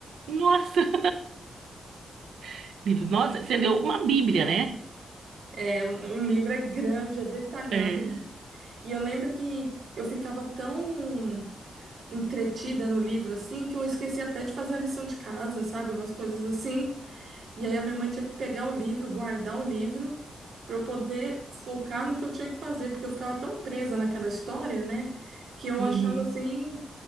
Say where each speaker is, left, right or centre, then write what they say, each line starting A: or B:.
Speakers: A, on the right; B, on the right.
A: Nossa! <laughs> Livro, nossa, você leu uma Bíblia, né?
B: É, o, o livro é grande, é detalhado.
A: É.
B: E eu lembro que eu ficava tão entretida no livro assim que eu esqueci até de fazer a lição de casa, sabe? Umas coisas assim. E aí a minha mãe tinha que pegar o livro, guardar o livro, para eu poder focar no que eu tinha que fazer, porque eu ficava tão presa naquela história, né? Que eu
A: Uhum.
B: achava assim,